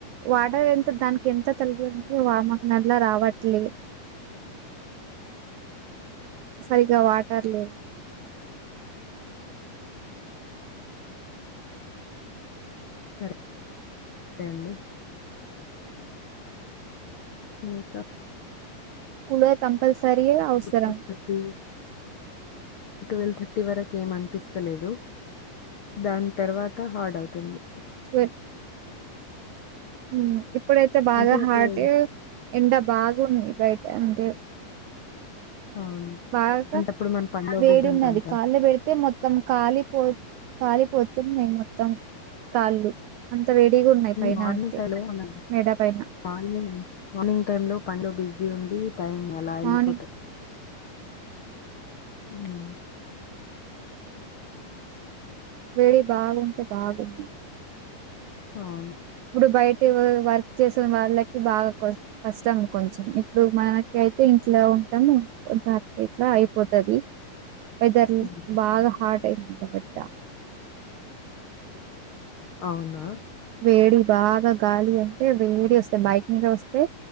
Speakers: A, on the right; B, on the left.
A: వాటర్ ఎంత దానికి ఎంత తల్గు అంది వామ నల్లా రావట్లే సరిగా వాట్ తర లేవు
B: సరే సరే అండి ఇంకా
A: కూలర్ కంపల్సరీ అవసరం
B: ట్వెల్వ్ థర్టీ ట్వెల్వ్ థర్టీ వరకు ఏం అనిపిస్తలేదు దాని తర్వాత హార్డ్ అవుతుంది
A: <unintelligible> హ్మ్ ఇప్పుడైతే బాగా
B: అంటే అప్పుడు
A: హార్టి ఎండ బాగ ఉంది బయట అంతే
B: అవును
A: <unintelligible>
B: అంటే అప్పుడు మనం పనిలో
A: వేడి
B: బిజీ
A: ఉన్నది
B: ఉంటాం కా
A: కాళ్ళు పెడితే మొత్తం కాలిపో కాలిపోతుంది మేము మొత్తం కాళ్ళు. వేడిగా ఉన్నాయి పైన
B: మార్నింగ్
A: అంతే
B: టై లో మన
A: మెడ పైన
B: మార్నింగ్ మార్నింగ్ టైం లో పనిలో బిజీ ఉండి. టైమ్ అలా
A: మార్నింగ్
B: ఎల్లిపోత హ్మ్
A: వేడి బాగుంటే బాగుంది
B: అవును.
A: ఇప్పుడు బయట వర్క్ చేసిన వాళ్ళకి బాగా కష్ట కష్టం కొంచం ఇప్పుడు మనకి అయితే ఇంట్లో ఉంటాము కొంచెం అట్ల ఇట్లా అయిపోతాది. వెదరు
B: ఉమ్,
A: బాగా హాట్. <unintelligible>
B: అవునా
A: వేడి బాగా గాలి అంటే వేడి వస్తే బైక్ మీద వస్తే